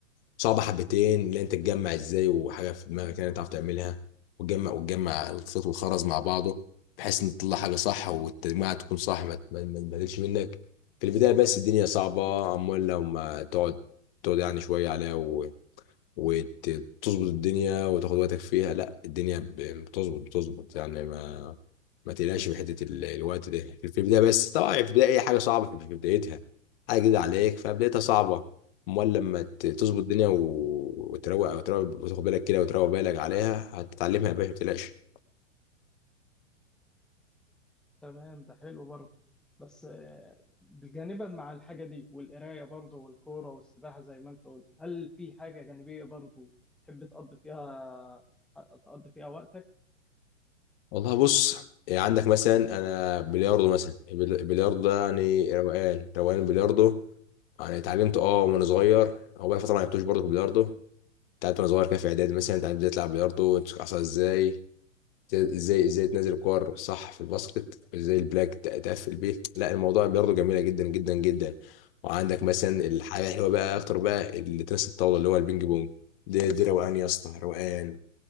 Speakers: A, on the left; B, in the centre.
A: صعبه حبتين اللي انت تتجمع ازاي وحاجه في دماغك يعني تعرف تعملها وتجمع وتجمع الخيط والخرز مع بعضه بحيث ان تطلع حاجه صح والتجميعه تكون صح ما ما- ما تبهدلش منك في البدايه بس الدنيا صعبه امال لو ما تقعد تقعد يعني شويه عليها وتظبط الدنيا وتاخد وقتك فيها لا الدنيا ب- يعني بتظبط بتظبط يعني ما ما تقلقش من حته ال- الوقت ده في في البدايه بس طبعا في البدايه اي حاجه صعبه في في بدايتها حاجه جديده عليك فبدايتها صعبه امال لما ت- تظبط
B: آه،
A: الدنيا و- وتروق وتروق وتاخد بالك كده وتروق بالك عليها هتتعلمها يا باشا ما تقلقش
B: تمام ده حلو برضه بس آه، جانبا مع الحاجة دي والقراية برضه والكورة والسباحة زي ما انت قلت هل في حاجة جانبية برضه تحب تقضي فيها تقضي فيها وقتك؟
A: والله بص يعني عندك مثلا انا بلياردو مثلا البل- البلياردو ده يعني روقان روقان البلياردو يعني اتعلمت اه وانا صغير هو بقى فتره ما لعبتوش برضه في البلياردو بتاعت وانا صغير كده في اعدادي مثلا اتعلمت ازاي تلعب بلياردو تمسك عصا ازاي ازاي ازاي تنزل كور صح في الباسكت ازاي البلاك ت- تقفل بيه لا الموضوع بلياردو جميله جدا جدا جدا وعندك مثلا الحاجه الحلوه بقى اكتر بقى اللي تنس الطاوله اللي هو البينج بونج دي دي روقان يا اسطى روقان